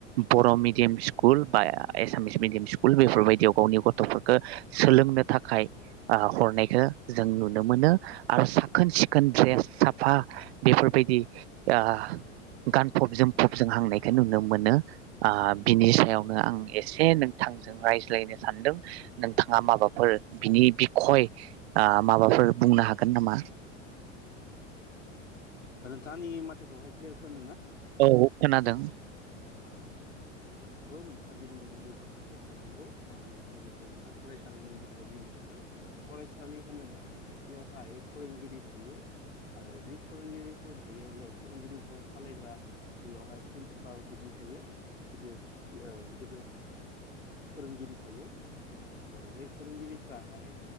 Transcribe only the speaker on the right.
बर' मिडियाम स्कुल बा एसामिस मिडियाम स्कुल बेफोरबायदियाव गावनि गथ'फोरखो सोलोंनो थाखाय ओ हरनायखौ जों नुनो मोनो आरो साखोन सिखोन दड्रेस साफा बेफोरबायदि ओ गानफब जोमफब जों हांनायखो नुनो मोनो। आ बिनि सायावनो आं एसे नोंथांजों रायज्लायनो सानदों नोंथाङा माबाफोर बिनि बिखय ओ माबाफोर बुंनो हागोन नामा?
औ औ खोनादों।